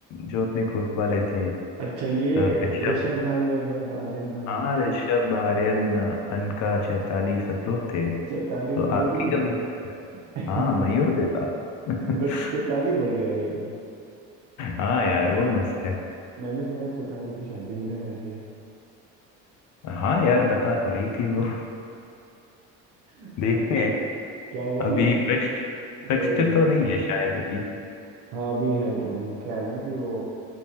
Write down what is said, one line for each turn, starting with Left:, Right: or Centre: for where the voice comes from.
Left: जो अपने ग्रुप वाले थे
Right: अच्छा ये
Left: अ, ऋषभ
Right: ऋषभ भाई वगैरह आर्यन भाई
Left: हाँ ऋषभ आर्यन अ, अनका चैताली सब लोग थे
Right: चैताली
Left: तो
Right: मयूर
Left: आपकी
Right: भी
Left: कमी थी सर
Right: <laughs>
Left: हाँ मयूर बेता <laughs>
Right: बट चैताली बढ़िया है लेकिन
Left: हाँ यार वो मस्त है
Right: मैंने सुना है चैताली की शादी होने वाली है
Left: हाँ यार बता तो रही थी वो <laughs>
Right: हाँ।
Left: देखते हैं
Right: क्या हुआ
Left: अभी
Right: ना कि
Left: फिक्स्ड
Right: वही
Left: फिक्स्ड तो नहीं है शायद अभी
Right: हाँ अभी है टाइम वो क्या है ना कि वो